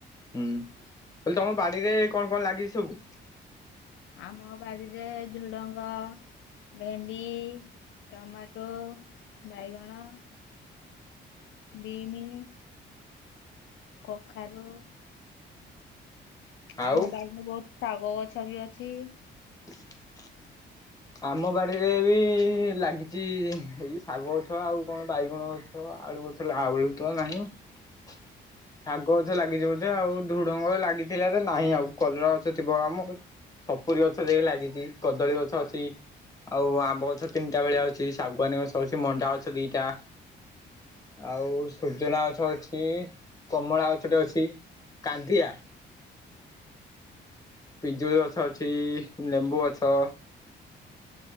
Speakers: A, on the left; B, on the left.
A: ହୁଁ ତମ ବାଡିରେ କଣ କଣ ଲାଗିଛି ସବୁ?
B: ଆମ ବାଡ଼ିରେ ଝୁଡ଼ଙ୍ଗ ଭେଣ୍ଡି ଟମାଟୋ ବାଇଗଣ ବିଇମି କଖାରୁ
A: ଆଉ
B: ଆମ ବାଡ଼ିରେ ବହୁତ୍ ଶାଗ ଗଛ ବି ଅଛି?
A: <unintelligible> ଆମ ବାଡିରେ ବି ଲାଗିଛି ଏଇ ଶାଗ ଗଛ ଆଉ କଣ ବାଇଗଣ ଆଳୁ ଗଛ ଆଳୁ ନାହିଁ। ଶାଗ ଗଛ ଲାଗିଛି ବୋଧେ ଆଉ ଧୁଢଙ୍ଗ ଲାଗିଥିଲା ତ ନାହିଁ ଆଉ କଲରା ଗଛ ଥିବ କମ କ ସପୁରୀ ଗଛ ଯି ଲାଗିଛି କଦଳୀ ଗଛ ଅଛି ଆଉ ଆମ୍ବ ଗଛ ତିନିଟା ଭଳିଆ ଅଉଛି ଶାଗୁଆନୀ ଗଛ ଅଉଛି ମଣ୍ଡା ଗଛ ଦିଟା। ଆଉ ସୂଜନା ଗଛ ଅଛି କମଳା ଗଛ ଟେ ଅଛି। କାନ୍ଦିଆ। ପିଜୁଳି ଗଛ ଅଛି ଲେମ୍ବୁ ଗଛ।